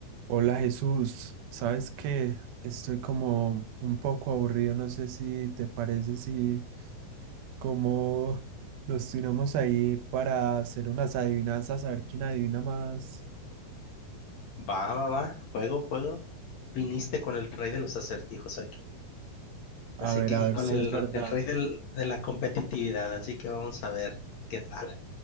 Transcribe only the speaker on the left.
Va, va, va, juego, juego. Viniste con el rey de los acertijos aquí.
Así
que,
y
con
el,
el rey del- de la competitividad, así que vamos a ver qué tal.